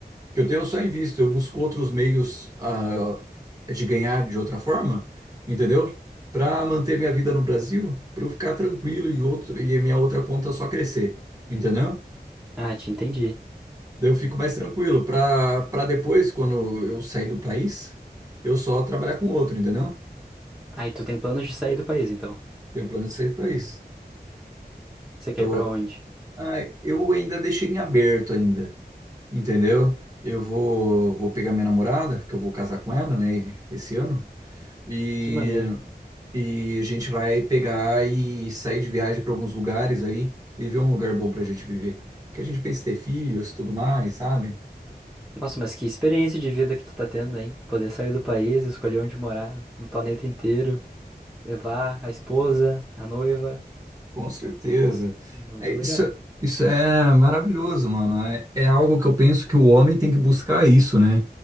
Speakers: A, on the right (about 20°); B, in the centre.
A: que eu tenho, eu só invisto. Eu busco outros meios, ah, de ganhar de outra forma, entendeu? Para manter minha vida no Brasil, para eu ficar tranquilo e, outro, e a minha outra conta só crescer, entendeu?
B: Ah, te entendi.
A: Daí eu fico mais tranquilo, para para depois, quando eu sair do país, eu só trabalhar com outro, entendeu?
B: Aí tu tem planos de sair do país, então.
A: Tenho um plano de sair do país.
B: Você quer
A: Então,
B: ir pra onde?
A: Ah, eu ainda deixei em aberto ainda, entendeu? Eu vou, vou pegar minha namorada, que eu vou casar com ela, né, esse ano, e,
B: Que maneira.
A: e a gente vai pegar e sair de viagem para alguns lugares aí e ver um lugar bom pra gente viver. Que a gente pensa em ter filhos, tudo mais, sabe?
B: Nossa, mas que experiência de vida que tu tá tendo, hein? Poder sair do país, escolher onde morar, no planeta inteiro, levar a esposa, a noiva.
A: Com certeza.
B: Muito
A: É isso,
B: legal.
A: isso é maravilhoso, mano. É, é algo que eu penso que o homem tem que buscar isso, né?